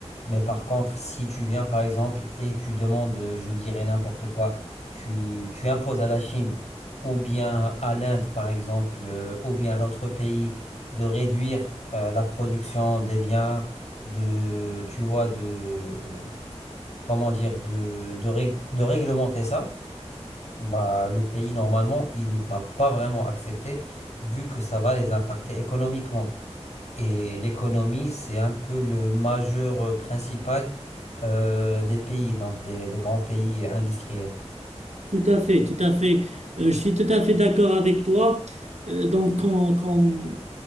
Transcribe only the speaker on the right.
tout à fait, tout à fait. Euh, je suis tout à fait d'accord avec toi. Euh, donc, quand, quand on,